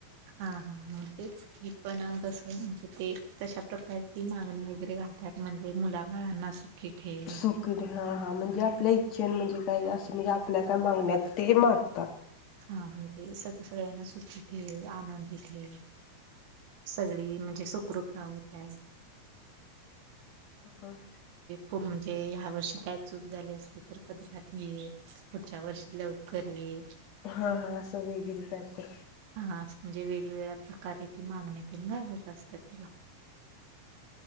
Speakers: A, on the right; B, on the left.
A: हा हा मग तेच की पण कस म्हणजे ते तशा प्रकारे ती मागणी वगैरे घालतात म्हणजे मुलाबाळांना सुखी ठेव
B: सुकट हा हा म्हणजे आपल्या इच्छेने जे काय अस म्हणजे आपल्या काय मागण्याआहेत ते मागतात
A: हा म्हणजे सगळ्यांना सुखी ठेव. आनंदी ठेव. सगळी म्हणजे सुखरूप प्राहुंत्याल
B: बर.
A: खूप म्हणजे ह्या वर्षी काय चूक झाली असली तर पदरात घे पुढच्या वर्षी लवकर ये.
B: हा हा अस वेगळी कायतर
A: हां, म्हणजे वेगवेगळ्या प्रकारे ती मागणी तेन घालत असतात त्याला.